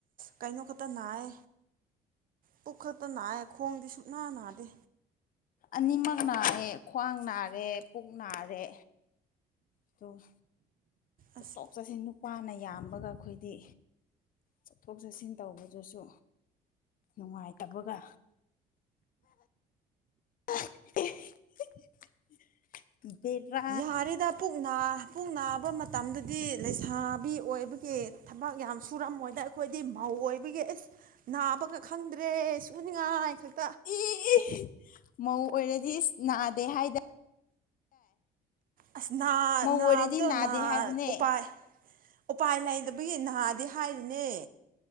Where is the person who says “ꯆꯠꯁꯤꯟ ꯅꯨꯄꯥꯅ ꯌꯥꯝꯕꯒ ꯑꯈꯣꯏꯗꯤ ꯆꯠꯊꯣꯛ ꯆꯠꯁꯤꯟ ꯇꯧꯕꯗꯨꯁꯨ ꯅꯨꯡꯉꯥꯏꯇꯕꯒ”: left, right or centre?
Left